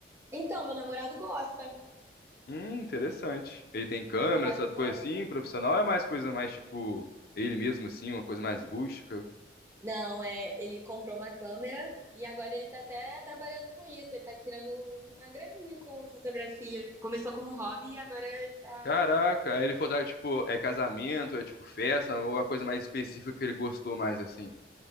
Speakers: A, on the right; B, on the left.
A: Então, meu namorado gosta.
B: Hum, interessante. Ele tem câmera,
A: Meu namorado
B: essas
A: gosta.
B: coisas assim, profissional ou é mais coisa mais tipo ele mesmo assim, uma coisa mais rústica.
A: Não, é, ele comprou uma câmera e agora ele tá até trabalhando com isso. Ele tá tirando um- uma graninha com fotografia. Começou como hobby e agora ele tá.
B: Caraca, aí ele fotografa tipo é casamento, é tipo festa, ou uma coisa mais específica que ele gostou mais assim.